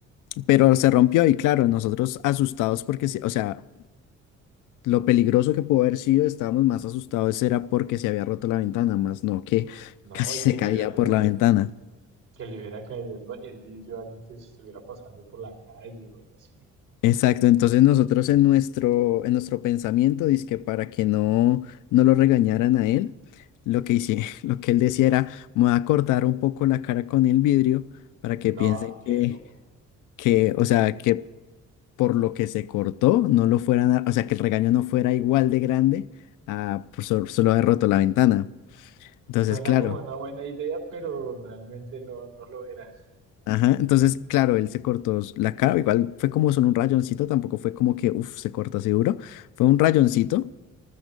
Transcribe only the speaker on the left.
pero se rompió y claro, nosotros asustados porque, sí, o sea, lo peligroso que pudo haber sido, estábamos más asustados era porque se había roto la ventana, más no que
casi se
caía
por la ventana.
Exacto, entonces nosotros en nuestro, en nuestro pensamiento, dizque para que no, no lo regañaran a él, lo que hice, <laughs> lo que él decía era, me voy a cortar un poco la cara con el vidrio para que piensen
que,
que, o sea, que por lo que se cortó, no lo fueran a- o sea, que el regaño no fuera igual de grande a por sol- solo haber roto la ventana. Entonces,
claro,
ajá, entonces, claro, él se cortó s- la cara, igual fue como solo un rayoncito, tampoco fue como que, uff, se corta seguro, fue un rayoncito.